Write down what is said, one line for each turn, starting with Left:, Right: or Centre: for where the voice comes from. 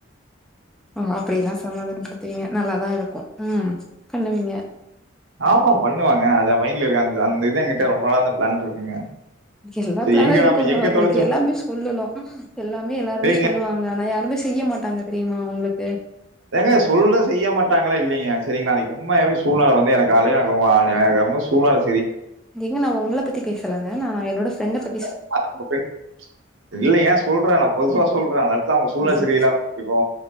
Centre: ம் அப்டி எல்லா சமாதானப்படுத்துவீங்க நல்லாதா இருக் கு, ம் பண்ணுவிங்க.
Right: ஆமா பண்ணுவாங்க அத மைன்ட்ல இருக்கு அந் அந்த இது எங்கிட்ட ரொம்ப நாளா அந்த பிளான் இருக்குங்க.
Centre: எல்லா
Right: சரி
Centre: பிளானு
Right: எங்க
Centre: இருக்குங்க
Right: நம்ம எங்க
Centre: உங்ளுக்கு
Right: தொலைச்சோம்
Centre: எல்லாமே சொல்லலா எல்லாமே எல்லாருமே
Right: ஏங்க
Centre: சொல்லுவாங்க ஆனா யாருமே செய்ய மாட்டாங்க தெரியுமா உங்களுக் சே
Right: ஏங்க சொல்ற செய்ய மாட்டாங்களா இல்லைங்க செரிங்ளா அன்னைக் உண்மையாவே சூழ்நெல வந்து எனக்கு அழுகாகவு அல் எனக்கு ரொம்ப சூழ்நெல
Centre: ஏங்க நா ஒங்கள பத்தி பேசலங்க நா நா என்னோட ஃப்ரண்ட பத்
Right: <inaudible> இல்லங்க சொல்ற நா பொதுவா சொல்ற <unintelligible> த அவ்ங்க சூழ்நில
Centre: ம்
Right: சரில்லாம இருக்கு